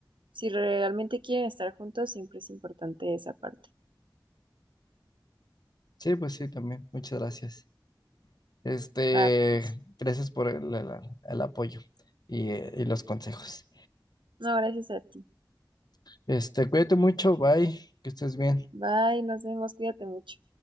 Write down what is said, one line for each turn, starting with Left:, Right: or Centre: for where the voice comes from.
Right: Si realmente quieren estar juntos, siempre es importante esa parte.
Left: Sí, pues sí, también. Muchas gracias. Este,
Right: Va, pues.
Left: gracias por el, el- el apoyo y, eh, y los consejos.
Right: No, gracias a ti.
Left: Este, cuídate mucho, bye, que estés bien.
Right: Bye, nos vemos, cuídate mucho.